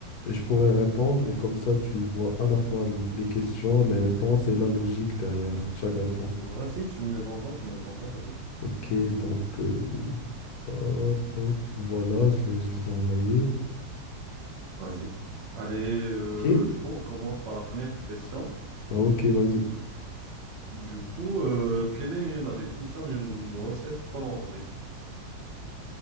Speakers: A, on the left; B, on the right.
A: et je pourrais répondre et comme ça tu vois à la fois les questions, les réponses et la logique derrière chaque réponse.
B: Vas-y, tu me les envoies, tu me les envoies, vas-y.
A: Ok, donc euh, hop, hop, voilà, je les, je les ai envoyés.
B: Vas-y. Allez, euh,
A: Ok,
B: du coup, on commence par la première question.
A: Ah, ok, vas-y.
B: Du coup, euh, quelle est la définition d'une grossesse prolongée?